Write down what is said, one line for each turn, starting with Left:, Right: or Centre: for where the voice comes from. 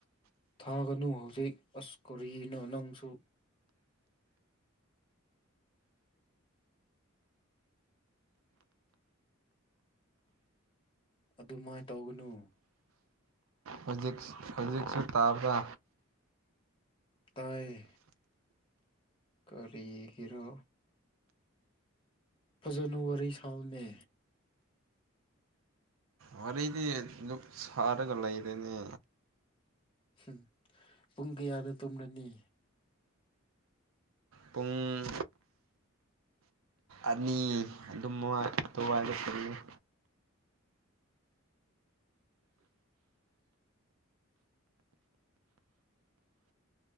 Left: ꯊꯥꯒꯅꯨ ꯍꯧꯖꯤꯛ ꯑꯁ ꯀꯣꯔꯤꯅ ꯅꯪꯁꯨ ꯑꯗꯨꯃꯥꯏꯅ ꯇꯧꯒꯅꯨ
Right: ꯍꯧꯖꯤꯛ ꯍꯧꯖꯤꯛꯁꯨ ꯇꯥꯕ꯭ꯔꯥ
Left: ꯇꯌꯦ ꯀꯔꯤꯒꯤꯔꯣ ꯐꯖꯅꯋꯥꯔꯤ ꯁꯥꯜꯅꯦ
Right: ꯋꯥꯔꯤꯗꯤ ꯑꯗꯨꯛ ꯁꯥꯔꯒ ꯂꯩꯔꯅꯤ
Left: ꯎꯝ ꯄꯨꯡ ꯀꯌꯥꯗ ꯇꯨꯝꯂꯅꯤ
Right: ꯄꯨꯡ ꯑꯅꯤ ꯑꯗꯨꯝ ꯑꯗꯨꯕꯥꯏꯗ ꯆꯠꯉꯦ